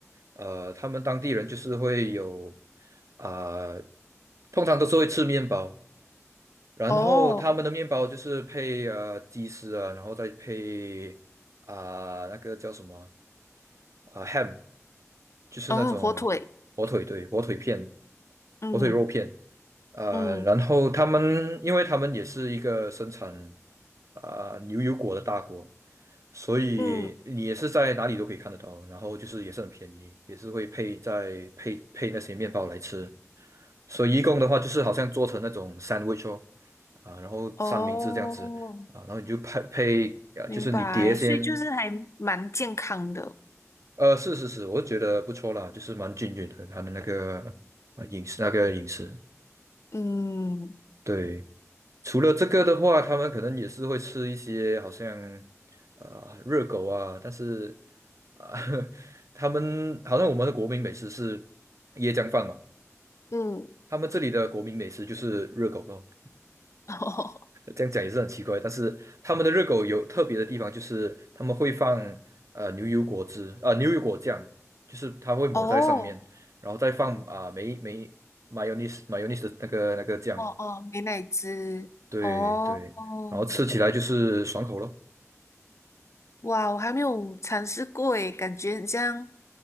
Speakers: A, on the right; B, on the left.
A: 呃，他们当地人就是会有啊、通常都是会吃面包，然后他们的面包就是配呃鸡丝啊，
B: 哦，
A: 然后再配啊、那个叫什么啊、呃 ham，就是那种火腿对，
B: 嗯，火腿，
A: 火腿片，
B: 嗯
A: 火腿肉片，呃，
B: 嗯
A: 然后他们因为他们也是一个生产。啊、牛油果的大国，所以你也是在哪里都可以看得到，
B: 嗯，
A: 然后就是也是很便宜，也是会配在配配那些面包来吃，所以一共的话就是好像做成那种 sandwich 哦，啊，然后三明治这样子啊，
B: 哦。
A: 然后你就配配呃，
B: 明白，
A: 就是你碟先，
B: 所以就是还蛮健康的。
A: 呃，是是是，我觉得不错啦，就是蛮均匀的，它的那个呃饮食那个饮食，
B: 嗯
A: 对。除了这个的话，他们可能也是会吃一些好像啊、呃热狗啊，但是啊、<laughs> 他们好像我们的国民美食是椰浆饭嘛，
B: 嗯，
A: 他们这里的国民美食就是热狗咯。
B: <laughs>
A: 这样讲也是很奇怪，但是他们的热狗有特别的地方，就是他们会放呃牛油果汁啊、呃牛油果酱，就是它会抹在上面，
B: 哦
A: 然后再放啊、梅梅 mayonnaise mayonnaise 的那个那个酱，
B: 哦哦，美乃滋，
A: 对对，
B: 哦哦，
A: 然后吃起来就是爽口咯。
B: 哇，我还没有尝试过诶，感觉很像